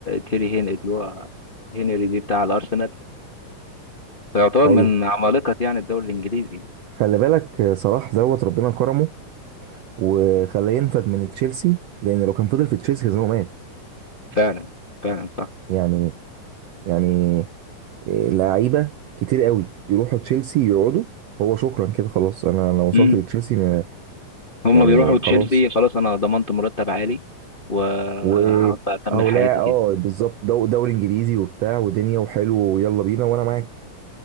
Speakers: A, on the left; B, on the right.
A: تيري هين اللي هو هنري دي بتاع الارسنال فيعتبر
B: ايوه
A: من عمالقة يعني الدوري الانجليزي
B: خلي بالك آه، صلاح دوت ربنا كرمه وخلاه ينفد من تشيلسي لان لو كان فضل في تشيلسي كان زمانه مات
A: فعلا فعلا صح
B: يعني يعني إيه، لعيبه كتير قوي يروحوا تشيلسي يقعدوا هو شكرا كده خلاص انا انا وصلت
A: امم.
B: لتشيلسي ما-
A: هما
B: يعني
A: بيروحوا تشيلسي
B: خلاص
A: خلاص انا ضمنت مرتب عالي وهقعد
B: و
A: بقى اكمل
B: او
A: حياتي
B: لا
A: كده
B: اه بالظبط دو دوري انجليزي وبتاع ودنيا وحلو ويلا بينا وانا معاك